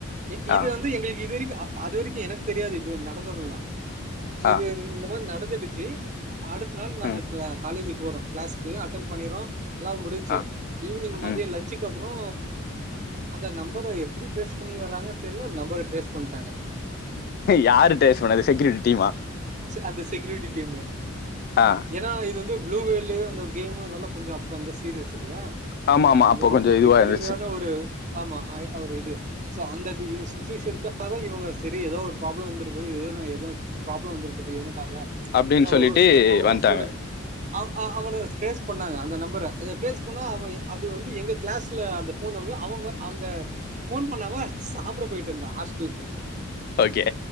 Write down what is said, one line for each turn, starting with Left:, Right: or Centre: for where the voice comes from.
Right: இ இது
Left: ஆ
Right: வந்து எங்களுக்கு இது வரைக்கு அ அது வரைக்கு எனக்கு தெரியாது இது நடந்ததுல்லா
Left: ஆ
Right: இது இந்த மாரி நடந்துடுச்சு அடுத்த நாள் நாங்க
Left: ம்
Right: க்ளா காலேஜுக் போறோ கிளாஸ்க்கு அட்டன் பண்ணிறோ எல்லா முடிஞ்சுச்சு
Left: ஆ
Right: ஈவ்னிங் மதிய
Left: ம்
Right: லஞ்சுக்கப்புறோ அந்த நம்பர எப்டி டிரேஸ் பண்ணி வராங்கன் தெர்ல நம்பர டிரேஸ் பண்ட்டாங்க
Left: யாரு டேஸ் பண்ணது செக்யூரிட்டி டீமா
Right: அந்த செக்யூரிட்டி டீம்மு
Left: ஆ
Right: ஏன்னா இது வந்து ப்ளூவேல்லு அந்த கேமு அதெல்லா கொஞ்ச அப்ப வந்த சீரியஸ் இல்லையா
Left: ஆமா ஆமா
Right: அது
Left: அப்போ
Right: ரொம்ப
Left: கொஞ்சோ இதுவா
Right: பிக்குளியரான
Left: இருந்துச்சு
Right: ஒரு ஆமா ஆ ஒரு இது சோ அந்த இது சுச்சுவேஷனுக்காக இவுங்க சரி ஏதோ ஒரு ப்ராப்ளம் வந்துரப் போது ஏதோ ஒன்னு ஏதோ ப்ராப்ளம் வந்துரப்போவுது இவனுக்காக
Left: அப்டின்னு
Right: ஏன்னா
Left: சொல்லிட்டு
Right: ஒரு ஸ் அவனு
Left: வந்ட்டாங்க
Right: ஸ்டூடண்ட் ஆ ஆ அவன ட்ரேஸ் பண்ணாங்க அந்த நம்பர அத கேஸ் பண்ணா அவ அது வந்து எங்க கிளாஸ்ல அந்த ஃபோன் நம்பர் அவ வந்து அந்த ஃபோன் பண்ணாம சாப்புட போயிட்ருந்தா ஹாஸ்டலுக்கு
Left: ஓகே